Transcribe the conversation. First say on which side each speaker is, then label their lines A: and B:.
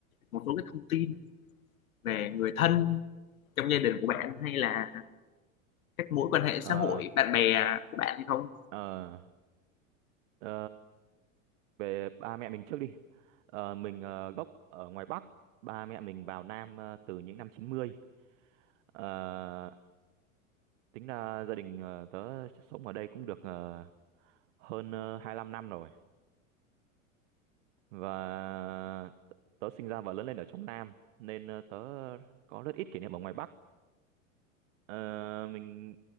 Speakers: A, on the left; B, on the right.
A: một số cái thông tin về người thân trong gia đình của bạn hay là các mối quan hệ xã
B: Ờ,
A: hội bạn bè của bạn hay không
B: ờ, ờ, về ba mẹ mình trước đi Ờ, mình ờ, gốc ở ngoài Bắc ba mẹ mình vào Nam ờ, từ những năm 90 Ờ, tính ra gia đình ờ, tớ sống ở đây cũng được ờ, hơn ờ, 25 năm rồi và tớ sinh ra và lớn lên ở trong Nam nên ờ, tớ có rất ít kỷ niệm ở ngoài Bắc Ờ, mình